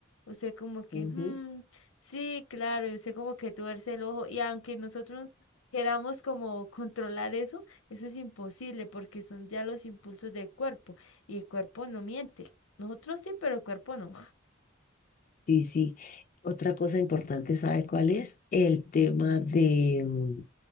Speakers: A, on the left (about 85°); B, on the left (about 40°).
A: usted como que,
B: Ujú.
A: "Mm, sí, claro, y usted como que tuerce el ojo y aunque nosotros queramos como controlar eso eso es imposible porque son ya los impulsos del cuerpo y el cuerpo no miente. Nosotros sí, pero el cuerpo no.
B: Sí, sí. Otra cosa importante, ¿sabe cuál es? El tema de, mm,